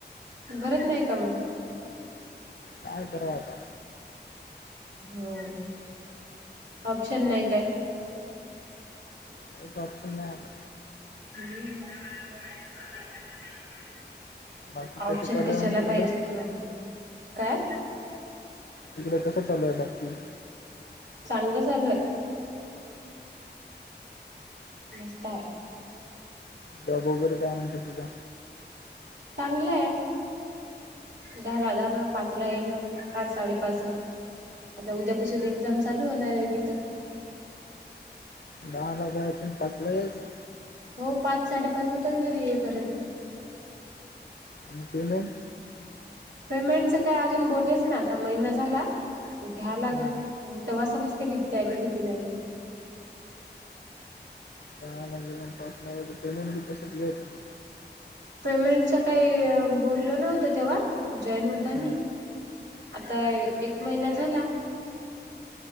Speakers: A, on the right (about 85°); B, on the left (about 65°).
A: भरत नाही का म
B: काय कराव आता
A: हो, ऑप्शन नाही काय?
B: काहीच ऑप्शन नाय आता
A: हम्म <unintelligible>
B: बाकी
A: ऑप्शन
B: कसं चालू
A: कशाला
B: आहे मग तिकडं?
A: पाहिजे तुला, काय?
B: तिकड कसं चालूय बाकी
A: चांगलं चालू आय. मस्त हाय.
B: जॉब वगैरे काय म्हणतय तुझा?
A: चागंलय. दहाला जाणं पाचला येणं पाच साडे पाचला आता उद्यापासून एक्झाम चालू होणार ये तिथं.
B: दहाला जायचं आणि पाचला यायचं.
A: हो पाच साडेपाच होतात घरी येईपर्यंत
B: आणि पेमेंट
A: पेमेंटचं काय अजून बोलेच नाय, आता महिना झाला. घ्याय लागन,
B: हम्म.
A: म तेव्हा समजते किती द्याईले किती नाय ते
B: का लागे ना <unintelligible> पेमेंट बी तसच घायची.
A: पेमेंटच काय बोलले नव्हते तेव्हा जॉईन होतानी
B: हम्म.
A: आता एक महिना झाला.